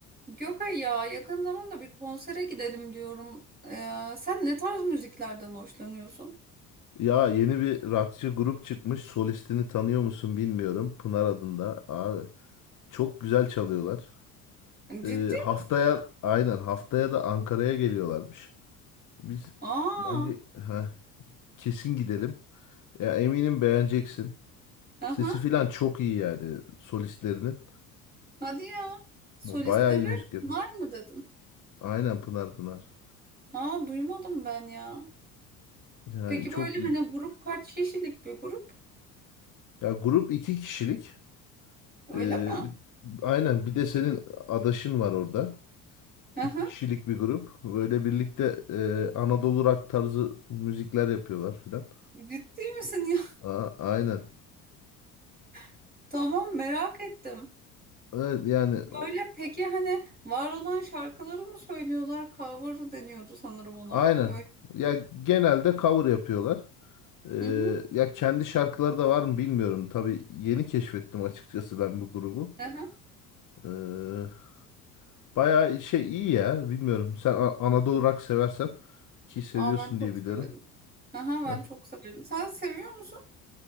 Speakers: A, on the right; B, on the left.
A: Gökay ya yakın zamanda bir konsere gidelim diyorum. Ee, sen ne tarz müziklerden hoşlanıyorsun?
B: Ya yeni bir rockçı grup çıkmış. Solistini tanıyor musun bilmiyorum. Pınar adında abi. Çok güzel çalıyorlar.
A: Ciddi
B: Ee, haftaya
A: mi?
B: aynen haftaya da Ankara'ya geliyorlarmış. Biz
A: Aa,
B: bence ha, kesin gidelim. Ya eminim beğeneceksin. Sesi
A: aha,
B: filan çok iyi yani solistlerinin.
A: hadi ya. Solistleri
B: Bayağı iyi müzik yapıyor.
A: var mı dedin?
B: Aynen Pınar Pınar.
A: Aa, duymadım ben ya.
B: Yani
A: Peki
B: çok
A: böyle hani grup kaç kişilik bir grup?
B: ya grup iki kişilik.
A: Öyle
B: Ee,
A: mi?
B: bir- aynen bir de senin adaşın var orada. iki
A: Aha,
B: kişilik bir grup. Böyle birlikte e, Anadolu rock tarzı müzikler yapıyorlar filan.
A: ciddi misin ya?
B: A- Aynen.
A: <laughs> Tamam merak ettim.
B: Evet, yani o-
A: Böyle peki hani var olan şarkıları mı söylüyorlar? Cover deniyordu sanırım ona.
B: aynen.
A: Öyle
B: Ya
A: mi?
B: genelde cover yapıyorlar. Ee,
A: Hı hı.
B: ya kendi şarkıları da var mı bilmiyorum. Tabii yeni keşfettim açıkçası ben bu grubu.
A: aha.
B: Ee, bayağı şey iyi ya. Bilmiyorum. Sen A- Anadolu rock seversen ki seviyorsun
A: Aa ben çok
B: diye biliyorum.
A: severim. Aha ben
B: Heh.
A: çok severim. Sen seviyor musun?